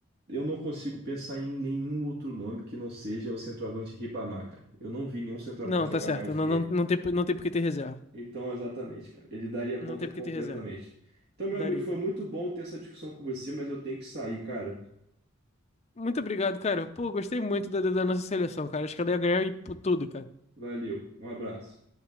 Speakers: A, on the right; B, on the left.
A: eu não consigo pensar em nenhum outro nome que não seja o centroavante Ribamar, cara. Eu não vi nenhum centroavante
B: Não,
A: jogar
B: tá certo.
A: mais do
B: Não,
A: que ele.
B: não, não tem, não tem por que ter reserva.
A: Então, exatamente, cara, ele daria conta
B: Não tem
A: completamente.
B: por que ter reserva.
A: Então, meu
B: Daria.
A: amigo, foi muito bom ter essa discussão com você, mas eu tenho que sair, cara.
B: Muito obrigado, cara. Pô, gostei muito da, da nossa seleção, cara. Acho que ela ia ganhar e por tudo, cara.
A: Valeu, um abraço.